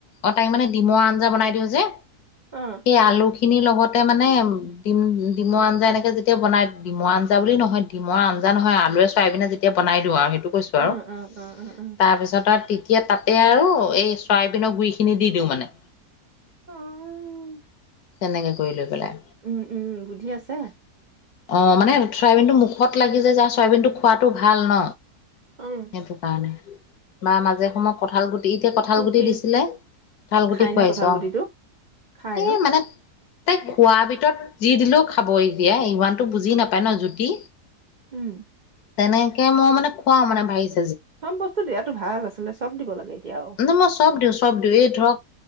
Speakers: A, on the left (about 70°); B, on the right (about 75°).
A: অ তাই মানে ডিমৰ আঞ্জা বনাই দিওঁ যে
B: অ
A: সেই আলু খিনিৰ লগতে মানে ডিম ডিমৰ আঞ্জা এনেকে যেতিয়া বনায় ডিমৰ আঞ্জা বুলি নহয় ডিমৰ আঞ্জা নহয় আলুৱে চয়াবিনে যেতিয়া বনাই দিওঁ আৰু সেইটো কৈছো
B: উম,
A: আৰু
B: উম, উম, উম, উম,
A: তাৰপিছত আৰু এতিয়া তাতে আৰু এই চয়াবিনৰ গুৰিখিনি দি দিওঁ মানে।
B: উহ
A: তেনেকে কৰি লৈ পেলাই।
B: উম উম বুদ্ধি আছে।
A: অ মানে চয়াবিনটো মুখত লাগি যায় যে চয়াবিন টো খোৱাাতটো ভাল ন।
B: উম।
A: সেইটো কাৰণে বা মাজে সময় কঁঠাল গুটি এতিয়া কঁঠাল
B: প্ৰটিন
A: গুটি দিছিলে কঠাল গুটি
B: খাই
A: খুৱাইছোঁ
B: নে কঁঠাল গুটিটো?
A: আৰু
B: খাই ন?
A: এই মানে তাই খোৱাৰ ভিতৰত যি দিলেও খাব এতিয়া ইমানতো বুজি নাপায় ন জুতি।
B: উম
A: তেনেকে মই মানে খুৱাও মানে ভাবিছ
B: চব বস্তু দিয়াতো ভাল আছিলে চব দিব লাগে এতিয়া। আৰু
A: ন মই চব দিও <unintelligible>